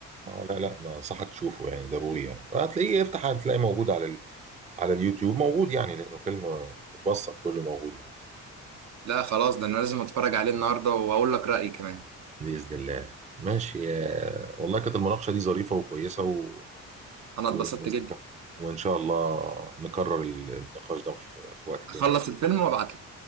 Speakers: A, on the right (about 25°); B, on the right (about 60°).
A: اه لا لا ما انصحك تشوفه يعني ضروري يعني هتلاقيه افتح هتلاقيه موجود على ال... على اليوتيوب موجود يعني لانه فيلم متوثق كله موجود يعني
B: لا خلاص ده انا لازم اتفرج عليه النهارده واقول لك رايي كمان
A: بإذن الله ماشي يا- والله كانت المناقشة دي ظريفة وكويسة و...
B: انا
A: و...
B: اتبسطت جدا
A: وإن شاء الله نكرر النقاش ده في في وقت تاني
B: اخلص
A: بإذن
B: الفيلم وابعت